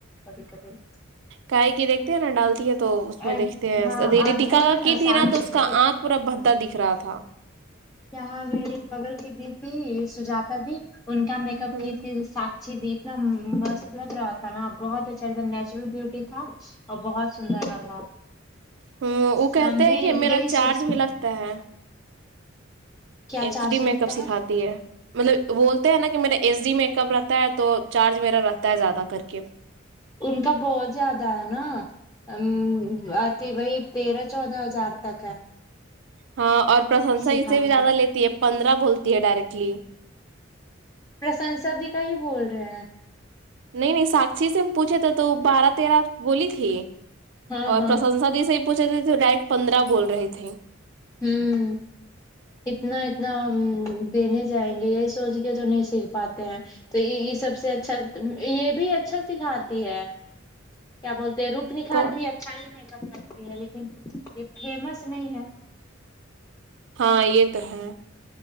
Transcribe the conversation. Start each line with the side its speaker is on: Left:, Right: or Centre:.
Left: کبھی کبھی
Right: کائے کی دیکھتے ہیں نا ڈالتی ہے تو اس
Left: اور
Right: میں دیکھتے ہیںھی
Left: ہاں اور
Right: دکھا
Left: وہ ہے
Right: کی تھی
Left: سانچی
Right: نا تو اس
Left: بھی
Right: کا آنکھ پورا بھدا دکھ رہا تھا
Left: یہاں میری پگل کی د تھی سجاتا بھی ان کا میک اپ
Right: ہوں
Left: کی تھی ساکچی بھی ایک دم مستلط رہا تھا نا بہت اچھا ایک دم نیچرل بیوٹی تھا اور بہت سندر لگ رہا
Right: ہوں وہ
Left: تھا
Right: کہتے
Left: ہم بھی
Right: ہیں کہ میرا
Left: یہی
Right: چارج
Left: سوچ
Right: بھی لگتا ہے
Left: کیا
Right: S
Left: charge
Right: D
Left: لگتا
Right: makeup سکھاتی ہے مطلب بولتے ہیں نا کہ میرا ایس ڈی میک اپ رہتا ہے تو چارج میرا رہتا ہے زیادہ کر کے
Left: ان کا بہت زیادہ ہے نا امم اتی وہی تیرہ چودہ ہزار تک ہے
Right: ہاں اور پرسنسا
Left: سکھانے
Right: اس سے بھی زیادہ
Left: کا
Right: لیتی ہے پندرہ بولتی ہے ڈائریکٹلی
Left: پرسنسا کا ہی بول رہے ہیں
Right: نہیں نہیں ساکشی سے ہم پوچھے تھے تو بارہ تیرہ بولی تھی
Left: ہاں
Right: اور
Left: ہاں
Right: پرسنسادی سے بھی ی پوچھے تھے تو ڈائریکٹ پندرہ بول رہی تھی
Left: ھمم اتنا اتنا دینے جائیں گے یہی سوچ کے تو نہیں سیکھ پاتے ہیں تو یہ یہ سب سے اچھا یہ بھی اچھا سکھاتی ہے کیا بولتے رو نکھار
Right: کون
Left: بھی اچھا ہی میک اپ کرتی ہے لیکن یہ فیمس نہیں ہے
Right: اں یہ تو ہے